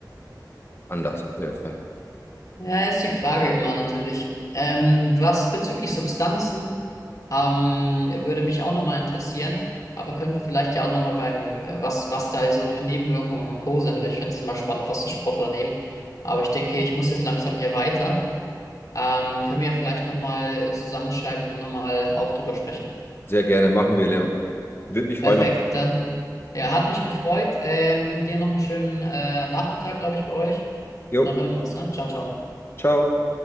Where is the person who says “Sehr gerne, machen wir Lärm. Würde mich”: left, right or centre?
Left